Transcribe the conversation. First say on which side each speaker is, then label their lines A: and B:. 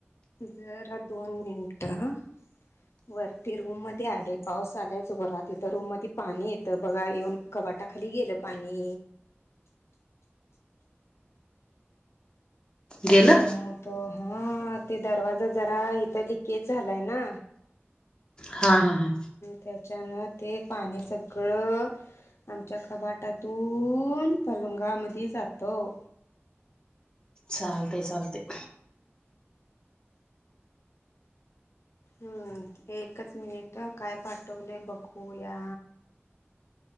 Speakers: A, on the left (about 75°); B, on the left (about 20°).
A: जरा दोन मिनिट हा वरती रूम मध्ये आले पाऊस आलाय जोरात इथं रूम मध्ये पाणी येतं बघा येऊन कपाटाखाली गेलं पाणी
B: गेलं
A: दमवतो हा ते दरवाजा जरा इथं लिकेज झालाय ना.
B: हा -हा -हा.
A: त्याच्यानं ते पाणी सगळं आमच्या कपाटातून पलंगामध्ये जातं.
B: चालतंय - चालतंय.
A: हम्म... एकच मिनिट काय पाठवले. बघूया